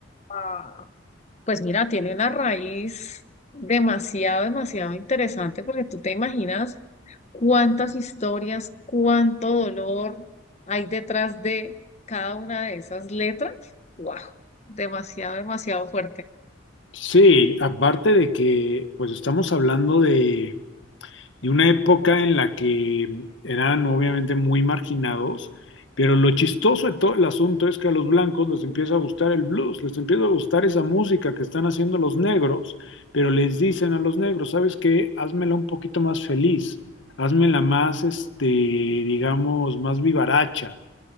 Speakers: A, on the left (about 35°); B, on the left (about 70°).
A: Ah, Pues mira, tiene una raíz demasiado, demasiado interesante porque tú te imaginas cuántas historias, cuánto dolor hay detrás de cada una de esas letras. ¡Wow! Demasiado, demasiado fuerte.
B: Sí, aparte de que pues estamos hablando de de una época en la que eran obviamente muy marginados, pero lo chistoso de todo el asunto es que a los blancos les empieza a gustar el blues, les empieza a gustar esa música que están haciendo los negros, pero les dicen a los negros, ¿sabes qué? Házmela un poquito más feliz, házmela más, este, digamos, más vivaracha.